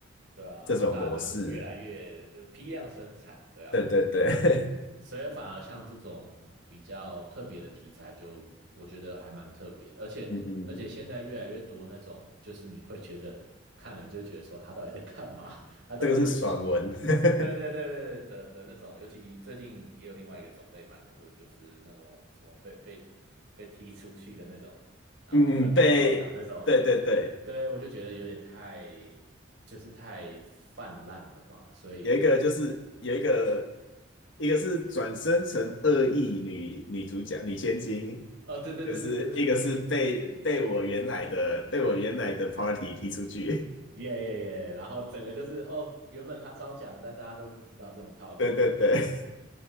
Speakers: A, on the right; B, on the left.
A: 对啊，
B: 这种模式。
A: 然后大家就越来越就批量生产，对啊，
B: 对对对，
A: 所以反而像这种比较特别的题材就，我觉得还蛮特别的，而且而且现在越来越多那种，
B: <laughs> 嗯嗯，
A: 就是你会觉得看了你就觉得说他到底在干嘛，<laughs>
B: <laughs>
A: 他到底在演什么？
B: 这个是爽文。<laughs>
A: 对对对对的的那种，尤其最近也有另外一个种类蛮多的，就是那种什么被被被踢出去的那种，然后突然变超强那种，
B: 嗯嗯，被对对对，
A: 对我就觉得有点太就是太泛滥了嘛，所以
B: 有一个就是有一个一个是转生成恶意女女主角女千金，
A: 哦，对对对对对对对对对。
B: 就是一个是被被我原来的被我原来的 party 踢出去。
A: 耶耶耶！然后整个就是哦，原本他超强，但大家都不知道这种套路有点太多了。
B: <laughs> 对对对，